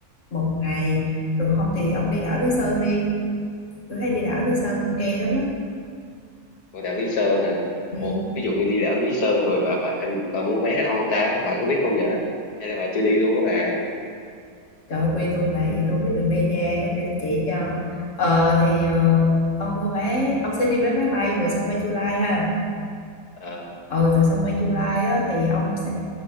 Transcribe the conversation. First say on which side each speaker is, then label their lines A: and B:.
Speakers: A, on the left; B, on the left.
A: một ngày. Rồi còn không thì ông đi đảo Lý Sơn đi. Tôi thấy đi đảo Lý Sơn ok lắm á.
B: Ngôi đảo Lý Sơn hả?
A: Ừ.
B: Ủa, ví dụ như đi đảo Lý Sơn rồi bà, bà, em, bà mua vé đâu ta? Bà có biết không vậy? Hay là bà chưa đi luôn á bà?
A: trời ơi, quê tôi mãi gì tôi không biết đường đi ra để tôi chỉ cho ờ thì ờ, ông mua vé ông sẽ đi vé máy bay về sân bay Chu Lai ha
B: Ờ,
A: ờ từ sân bay Chu Lai á, thì ông sẽ